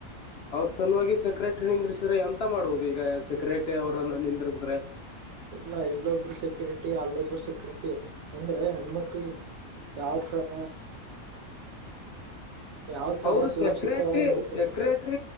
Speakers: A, on the left; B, on the right.
A: ಅವ್ರ ಸಲುವಾಗಿ ಸೆಕ್ರೆಟರಿ ನಿಂದ್ರಿಸಿದ್ರೆ ಎಂತ ಮಾಡುವುದು ಈಗ ಸೆಕ್ರೆಟರಿ ಅವರನ್ನ ನಿಂದ್ರಿಸಿದ್ರೆ
B: ಇಲ್ಲ ಇಲ್ಲೊಬ್ಬರು ಸೆಕ್ಯೂರಿಟಿ ಅಲ್ಲೊಬ್ಬರು ಸೆಕ್ಯೂರಿಟಿ ಅಂದ್ರೆ ಹೆಣ್ಮಕ್ಳಿ ಯಾವ ತರ ಯಾವ ತರ
A: ಅವರು
B: ಸುರಕ್ಷಿತವಾಗಿ
A: ಸೆಕ್ರೆಟ್ರಿ
B: ನೋಡ್ಕೊ
A: ಸೆಕ್ರೆಟ್ರ